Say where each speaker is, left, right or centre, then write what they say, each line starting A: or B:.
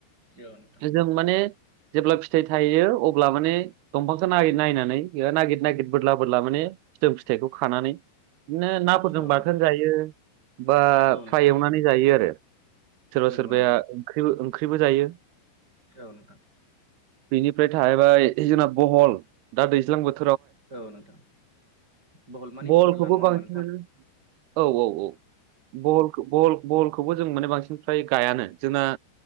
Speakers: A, on the right; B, on the right.
A: औ नोंथां
B: जों माने जेब्ला फिथाइ थायो अब्ला ब्ला माने दंफांखौ नागिर नायनानै नागिर नागिर बोदला बोदला माने फिथो फिथाइखौ खानानै बिदिनो नाफोरजों
A: औ
B: बाथोन
A: नोंथां
B: जायो बा
A: औ नोंथां
B: फ्राइ एवनानै जायो आरो सोरबा
A: नंगौ
B: सोरबाया
A: नोंथां
B: ओंख्रि ओंख्रिबो जायो।
A: औ नोंथां
B: बेनिफ्राय थाहैबाय जोंना बहल दा दैज्लां बोथोर
A: औ नोंथां बहल मानि
B: बहलखौबो
A: फोरला नङा होमबा
B: बांसिनानो
A: नोंथां
B: औ औ औ बहलखौ बल बलखौबो जों माने बांसिन फ्राय गायानो जोंना